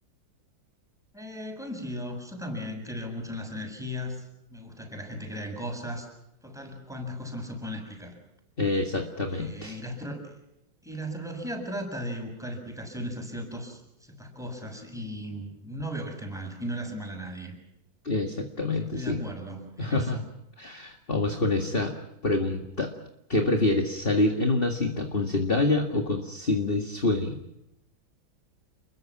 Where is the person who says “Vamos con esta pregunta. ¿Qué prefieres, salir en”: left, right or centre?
Left